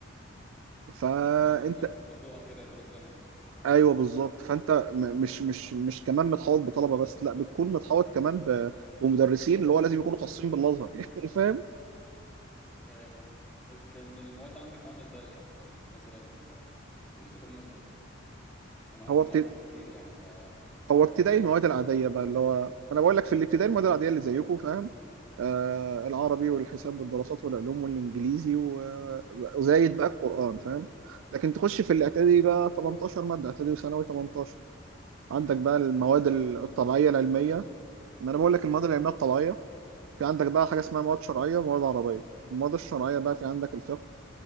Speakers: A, on the right; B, in the centre.
A: فانت
B: فهمتك انت بتاخدوها كده طول السنه يعني
A: ايوه بالظبط فانت م- مش مش مش كمان متحوط بطلبه بس لا بتكون متحوط كمان ب- بمدرسين اللي هو لازم يكونوا خاصين بالازهر <laughs> يعني فاهم
B: ايوه فهمت طيب كان المواد عندك عامله ازاي او كانت مثلا آه، تدرسوا كم ماده انا عارف
A: هو بت-
B: ان ازهر كتير يعني ف-
A: هو ابتدائي
B: فكان
A: المواد
B: قد
A: العادية
B: ايه بالظبط
A: بقى اللي هو أنا بقول لك في الابتدائي المواد العادية اللي زيكم فاهم آه العربي والحساب والدراسات والعلوم والإنجليزي و- وزايد بقى القرآن فاهم لكن تخش في الإعدادي بقى 18 مادة إعدادي وثانوي 18 عندك بقى المواد
B: اه
A: الطبيعية
B: ما شاء الله مواد
A: العلمية
B: كتير
A: ما أنا بقول لك المواد العلمية الطبيعية في عندك بقى حاجة اسمها مواد شرعية ومواد عربية المواد الشرعية بقى في عندك الفقه